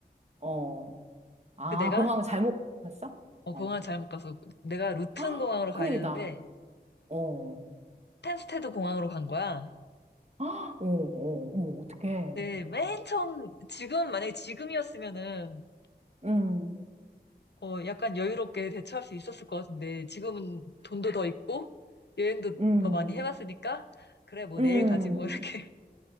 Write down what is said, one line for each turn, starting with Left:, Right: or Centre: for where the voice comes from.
Right: 어. 아,
Left: 그 내가,
Right: 공항을 잘못 갔어?
Left: 어,
Right: 어.
Left: 공항을 잘못 가서, 내가 루튼
Right: <gasps> 헉,
Left: 공항으로 가야
Right: 큰일이다.
Left: 되는데,
Right: 어.
Left: 텐스테드 공항으로 간 거야.
Right: <gasps> 헉, 어, 어, 어, 어떡해.
Left: 네, 맨 처음, 지금, 만약에 지금이었으면은,
Right: 음,
Left: 어, 약간 여유롭게 대처할 수 있었을 것 같은데, 지금은 돈도 더 있고, 여행도
Right: 음,
Left: 더 많이 해봤으니까, 그래, 뭐
Right: 음.
Left: 내일 가지 뭐 이렇게. <laughs>